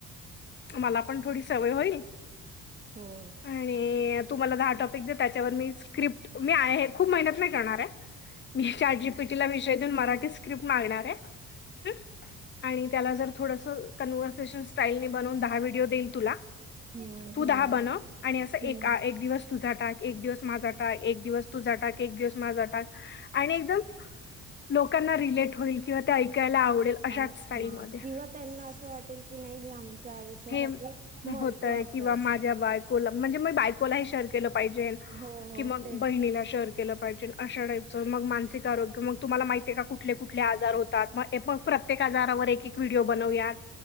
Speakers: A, on the left; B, on the right.
A: मला पण थोडी सवय होईल
B: हो.
A: आणि तुम्हाला दहा टॉपिक दे त्याच्यावर मी स्क्रिप्ट मी आहे खूप मेहनत नाय करणार हाय मी चा जीपीटीला विषय देऊन मराठी क्रिप मागणार हाय हं आणि त्याला जर थोडसं कन्वर्सेशन स्टाइलने बनवून दहा व्हिडिओ देईन तुला.
B: हम्म
A: तू
B: हम्म
A: दहा बनव आणि असं
B: हम्म
A: एका एक दिवस तुझा टाक एक दिवस माझा टाक एक दिवस तुजा टाक एक दिवस माझा टाक आणि एकदम लोकांना रिलेट होईल किंवा ते ऐकायला आवडेल अशाच
B: आ
A: स्टाईलमध्ये
B: हा किंवा त्यांना असं वाटेल की नाई हे आम त्या आयुष्यासाठी
A: हे
B: महत्वाच
A: होतंय किंवा
B: हाय
A: माझ्या बायकोला म्हणजे बायकोलाही शेअर केलं पाहिजे
B: हो हो
A: की मग
B: तेच
A: बहिणीला शेअर केलं पाहिजेल अशा टाईपचं मग मानसिक आरोग्य मग तुम्हाला माहितीय का कुठले कुठले आजार होत. ए पण <inaudible> प्रत्येक आजारावर एक एक व्हिडिओ बनवूयात